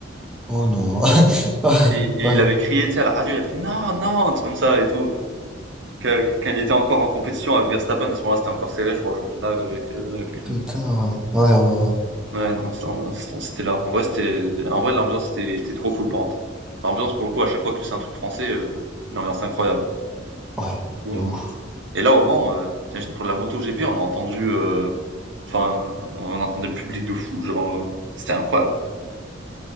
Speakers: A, in the centre; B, on the right (about 65°).
A: Oh non. <laughs>
B: Et, et
A: Ouais.
B: il avait crié, tu sais, à la radio, il a fait non, non, un truc comme ça et tout. Que- Quand il était encore en compétition avec Verstappen, à ce moment-là, c'était encore serré, je crois, au championnat avec, euh, avec lui.
A: Putain, ouais. Ouais, ouais,
B: Ouais, non, ça, ça, c'était là. En vrai, c'était, en vrai, l'ambiance était, était trop cool, par contre. L'ambiance, pour le coup, à chaque fois que c'est un truc français, euh, l'ambiance incroyable. Du
A: ouais. Ouais.
B: coup,
A: De
B: euh,
A: ouf.
B: Et là, au Mans, heu, t'imagines pour la MotoGP, on a entendu, heu, enfin, heu, on entendait le public de fou, genre, heu, c'était incroyable.